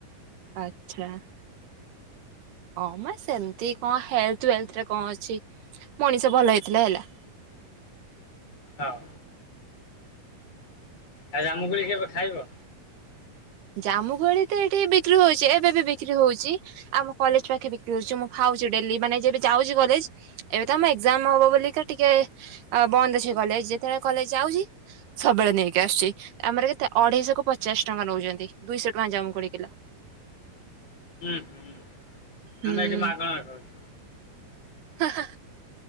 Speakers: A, on the right; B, on the left.
A: ଆଛା। ହଁ ମ ସେମତି କଣ ହେଲଥ ୱେଲଥରେ କଣ ଅଛି ମଣିଷ ଭଲ ହେଇଥିଲେ ହେଲା।
B: ହଁ। ଆଉ ଜାମୁକୁଳି କେବେ ଖାଇବ?
A: ଜାମୁକୁଳି ତ ଏଠି ବିକ୍ରି ହଉଛି, ଏବେ ବି ବିକ୍ରି ହଉଛି। ଆମ କଲେଜ ପାଖେ ବିକ୍ରି ହଉଚି, ମୁଁ ଖାଉଛି ଡେଲି ମାନେ ଯେବେ ଯାଉଛି କଲେଜ ଏବେ ତ ଆମ ଏକ୍ସାମ ହବ ବୋଲି କା ଟିକେ ଆ ବନ୍ଦ ଅଛି କଲେଜ। ଯେତେବେଳେ କଲେଜ ଯାଉଛି ସବୁବେଳେ ନେଇକି ଆସୁଛି ଆମର କେତେ ଅଢେଇଶ କୁ ପଚାଶ ଟଙ୍କା ନଉଛନ୍ତି ଦୁଇଶହ ଟଙ୍କା ଜାମୁକୁଳି କିଲୋ।
B: ହୁଁ ହୁଁ
A: ହୁଁ।
B: ଆମେ ଏଠି ମାଗଣା ଖାଉଛୁ।
A: ହା ହା